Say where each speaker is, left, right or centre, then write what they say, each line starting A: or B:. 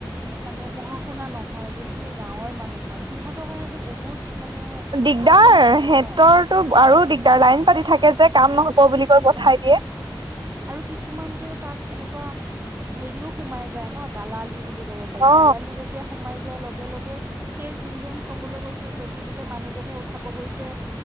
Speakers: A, on the right; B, on the right.
A: মানে পঢ়া শুনা নহয় যোনখিনি গাঁৱৰ মানুহ হয় সিহঁতৰ কাৰণেতো বহুত। মানে
B: দিগদাৰ
A: প্ৰব্লেম হৈ যায়
B: সিহঁতৰ।
A: ন
B: টো আৰু দিগদাৰ লাইন পাতি থাকে যে। কাম নহব বুলি
A: সেইটোৱে
B: কৈ পঠাই দিয়ে
A: আৰু কিছুমানতটো তাত এনেকোৱা। এনেকোৱা হেৰিও সোমায় যায় ন দালালি। বুলি ক'ব পাৰি,
B: অ অ
A: দালালি যেতিয়া সোমাই যোৱা লগত লগে লগে সেই যোনজন কবলৈ গৈছো যদি বোলে মানুহজনে উঠাব গৈছে